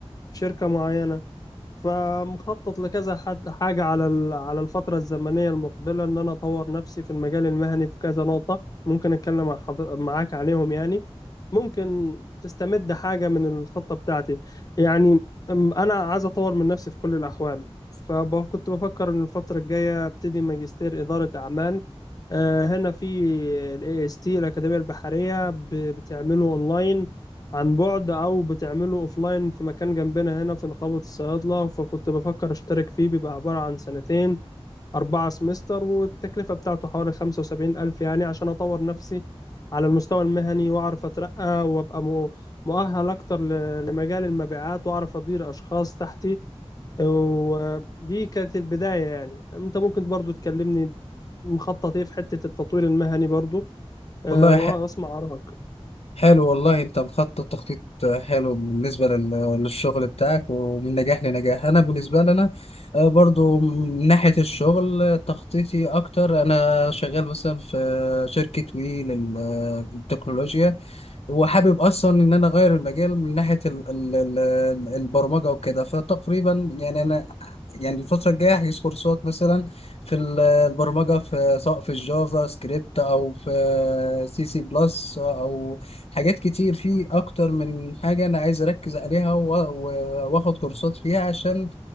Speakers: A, on the left; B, on the left.
A: في شركة معينة فمخطط لكذا حد حاجة على ال- على الفترة الزمنية المقبلة إن أنا أطور نفسي في المجال المهني في كذا نقطة ممكن أتكلم مع حضر... معاك عليهم يعني ممكن تستمد حاجة من الخطة بتاعتي يعني أم- أنا عايز أطور من نفسي في كل الأحوال فكنت بفكر إن الفترة الجاية أبتدي ماجستير إدارة أعمال آه، هنا في ال AST الأكاديمية البحرية ب- بتعمله أونلاين عن بعد او بتعمله اوفلاين في مكان جنبنا هنا في نقابة الصيادلة فكنت بفكر اشترك فيه بيبقى عبارة عن سنتين أربعة سمستر والتكلفة بتاعته حوالي خمسة وسبعين ألف يعني عشان أطور نفسي على المستوى المهني وأعرف أترقى وأبقى مؤ- مؤهل أكتر ل- لمجال المبيعات وأعرف أدير أشخاص تحتي ودي كانت البداية يعني أنت ممكن برضو تكلمني مخطط إيه في حتة التطوير المهني برضو أه،
B: والله
A: وأسمع آرائك
B: حلو والله انت مخطط تخطيط حلو بالنسبة لل- للشغل بتاعك ومن نجاح لنجاح انا بالنسبة لي انا آه، برضو من ناحية الشغل آه، تخطيطي اكتر انا شغال مثلا في شركة وي للتكنولوجيا وحابب اصلا ان انا اغير المجال من ناحيه ال ال ال البرمجه وكده فتقريبا يعني انا يعني الفتره الجايه هجيب كورسات مثلا في ال- البرمجه في سواء في الجافا سكريبت او في سي سي بلس او حاجات كتير في اكتر من حاجه انا عايز اركز عليها و- و- واخد كورسات فيها عشان